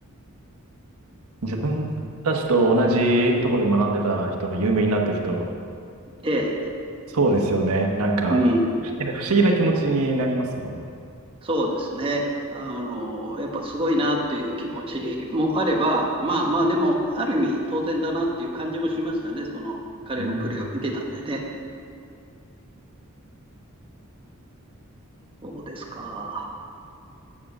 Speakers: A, on the right (about 80°); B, on the right (about 25°).
A: 自分たちと同じところで学んでた人が有名になっていくと、
B: で、
A: そうですよね。なんか、
B: うん、
A: 不思議な気持ちになりますもんね。
B: そうですね。あの、やっぱすごいなっていう気持ちもあれば、まあまあ、でも、ある意味当然だなっていう感じもしましたね、その彼のプレーを見てたんでね。
A: うん、
B: そうですか。